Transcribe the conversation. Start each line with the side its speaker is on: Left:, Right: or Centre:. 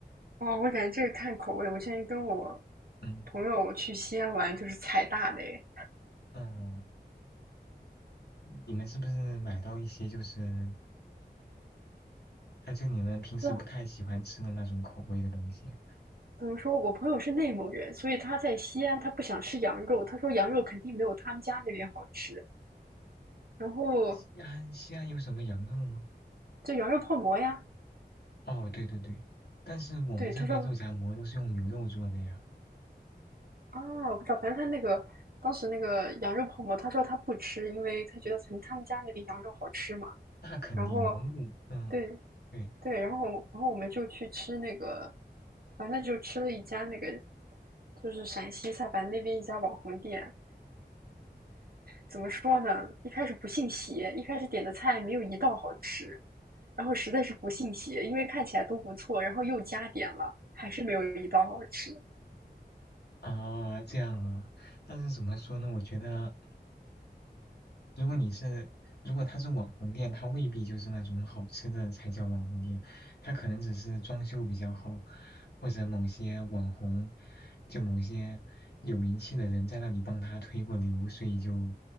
Right: 哦。我感觉这个看口味。我现在跟我
Left: 嗯
Right: 朋友去西安玩，就是踩大雷。
Left: 嗯，你们是不是买到一些就是，哎，就你们平时不太喜欢吃的那种口味的东西啊
Right: 不知道怎么说，我朋友是内蒙人，所以他在西安，他不想吃羊肉。他说羊肉肯定没有他们家那边好吃。然后
Left: 西安，西安有什么羊肉吗？
Right: 就羊肉泡馍呀，
Left: 哦，对对对，但是我们这边肉夹馍都是用牛肉做的呀，
Right: 对，他说啊，我不知道，反正他那个当时那个羊肉泡馍，他说他不吃，因为他觉得可能他们家那里羊肉好吃嘛。
Left: 那肯定蒙古，
Right: 然后，
Left: 嗯，
Right: 对
Left: 对，
Right: 对，然后然后我们就去吃那个，反正就吃了一家那个，就是陕西菜，反正那边一家网红店。怎么说呢？一开始不信邪，一开始点的菜没有一道好吃，然后实在是不信邪，因为看起来都不错，然后又加点了，还是没有一道好吃。
Left: 啊，这样啊，但是怎么说呢？我觉得如果你是，如果它是网红店，它未必就是那种好吃的才叫网红店，它可能只是装修比较好，或者某些网红，就某些有名气的人在那里帮他推过流，所以就，